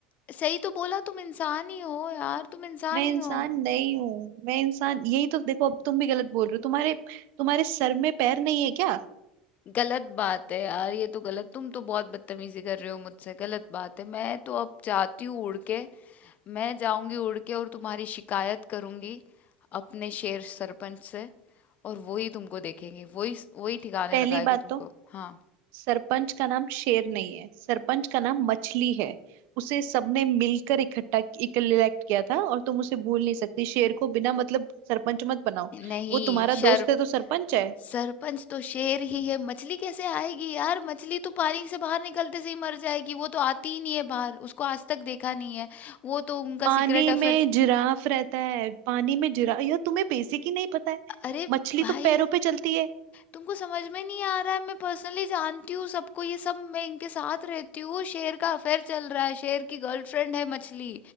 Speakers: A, on the left; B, on the right.
A: सही तो बोला तुम इंसान ही हो यार तुम इंसान
B: मैं
A: ही
B: इंसान
A: हो
B: नहीं हूँ मैं इंसान यही तो देखो अब तुम भी गलत बोल रहे हो तुम्हारे तुम्हारे सर में पैर नहीं है क्या
A: गलत बात है यार ये तो गलत तुम तो बहुत बदतमीजी कर रहे हो मुझसे गलत बात है मैं तो अब जाती हूँ उड़ के मैं जाऊंगी उड़ के और तुम्हारी शिकायत करूंगी अपने शेर सरपंच से और वो ही तुमको देखेंगे वही वही ठिकाने
B: पहली
A: लगाएंगे
B: बात
A: तुमको
B: तो
A: हाँ
B: सरपंच का नाम शेर नहीं है सरपंच का नाम मछली है उसे सबने मिलकर इकट्ठा इलेक्ट किया था और तुम उसे भूल नहीं सकती शेर को बिना मतलब सरपंच मत बनाओ
A: नहीं
B: वो तुम्हारा
A: शर
B: दोस्त है तो सरपंच है
A: सरपंच तो शेर ही है मछली कैसे आएगी यार मछली तो पानी से बाहर निकलते से ही मर जाएगी वो तो आती ही नहीं है बाहर उसको आज तक देखा नहीं है वो तो उनका
B: पानी
A: सीक्रेट अफेयर
B: में जिराफ रहता है पानी में जिरा यह तुम्हें बेसिक ही नहीं पता है
A: अरे
B: मछली
A: भाई
B: तो पैरों पे चलती है
A: तुमको समझ में नहीं आ रहा है मैं पर्सनली जानती हूँ सबको ये सब मैं इनके साथ रहती हूँ शेर का अफेयर चल रहा है शेर की गर्लफ्रेंड है मछली